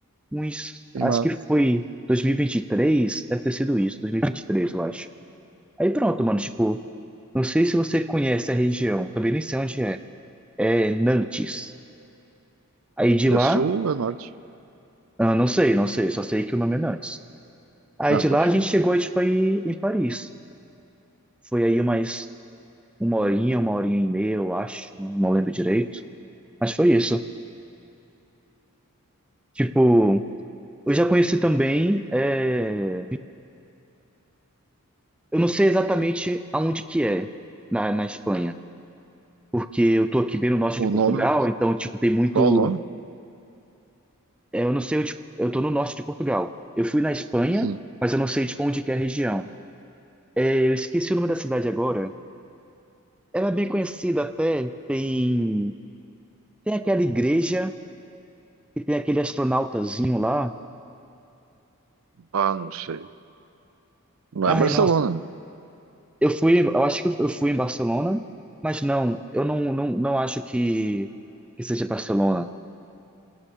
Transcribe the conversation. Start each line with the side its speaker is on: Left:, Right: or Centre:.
Centre: uns
Right: Que
Centre: acho
Right: massa.
Centre: que foi dois mil e e vinte e três deve ter sido isso, 2023, eu acho. Aí pronto, mano, tipo, não sei se você conhece a região, também nem sei onde é. É Nantes. Aí de
Right: É
Centre: lá,
Right: sul ou é norte?
Centre: ah, não sei, não sei, só sei que o nome é Nantes. Aí
Right: Ah,
Centre: de
Right: pode
Centre: lá a gente
Right: crer.
Centre: chegou tipo aí em Paris. Foi aí umas uma horinha, uma horinha e meia, eu acho, não lembro direito. Mas foi isso. Tipo, eu já conheci também, é, eu não sei exatamente aonde que é na, na Espanha, porque eu tô aqui bem no norte
Right: O
Centre: de Portugal,
Right: nome?
Centre: então, tipo, tem muito,
Right: Qual o nome?
Centre: é, eu não sei, eu, tipo, eu tô no norte de Portugal. Eu fui na Espanha,
Right: Sim.
Centre: mas eu não sei, tipo, onde que é a região. É, eu esqueci o nome da cidade agora. Ela é bem conhecida até, tem, tem aquela igreja e tem aquele astronautazinho lá.
Right: Ah, não sei. Não
Centre: Ai,
Right: é Barcelona.
Centre: nossa, Eu fui, eu acho que eu fui em Barcelona, mas não, eu não, não, não acho que, que seja Barcelona.